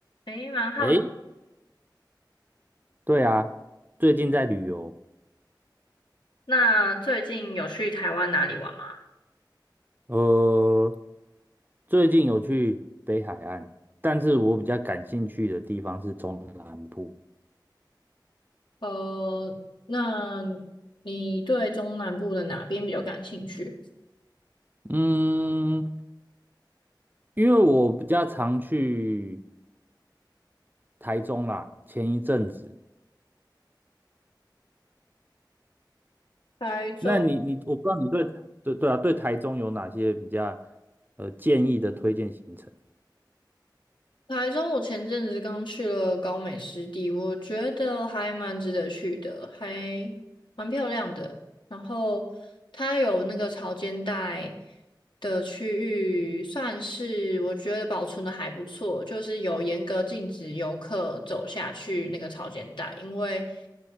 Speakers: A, on the left; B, on the right.
A: 诶，蛮好奇
B: 诶，对啊，最近在旅游，
A: 那最近有去台湾哪里玩吗？
B: 呃，最近有去北海岸，但是我比较感兴趣的地方是中南部，
A: 呃，那你对中南部的哪边比较感兴趣？
B: 嗯，因为我比较常去台中啦，前一阵子，
A: 台中，
B: 那你你，我不知道你对对对啊，对台中有哪些比较呃建议的推荐行程，
A: 台中，我前阵子刚去了高美湿地，我觉得还蛮值得去的，还蛮漂亮的。然后它有那个潮间带的区域，算是我觉得保存的还不错，就是有严格禁止游客走下去那个潮间带，因为